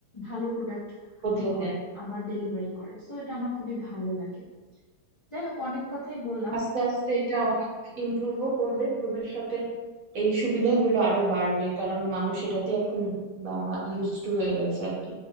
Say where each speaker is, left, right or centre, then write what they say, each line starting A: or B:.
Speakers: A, on the left; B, on the right.
A: ভালো প্রোডাক্ট
B: বদলে
A: ই করে
B: দেয়
A: আবার ডেলিভারি করে সো এটা আমার খুবই ভালো লাগে যাই হোক অনেক কথাই বললাম
B: আস্তে আস্তে এটা অনেক ইমপ্রুভও করবে ভবিষ্যতে এই সুবিধাগুলো আরো বাড়বে কারণ মানুষ এটাতে এখন ইউজ টু হয়ে গেছে আর কি